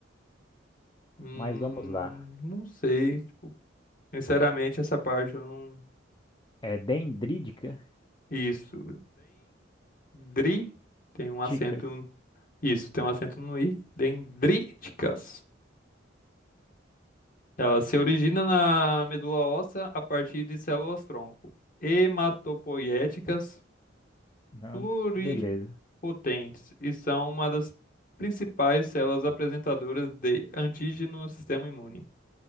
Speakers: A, on the left; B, on the left.
A: Hum,
B: mas vamos lá.
A: não sei. Sinceramente, essa parte eu não.
B: É dendrítica?
A: Isso. Dendri. Tem um acento
B: Ticas.
A: Isso, tem um acento no i. Dendríticas. Ela se origina na medula óssea a partir de células-tronco. Hematopoiéticas
B: Ah,
A: pluripotentes
B: beleza.
A: e são uma das principais células apresentadoras de antígeno no sistema imune.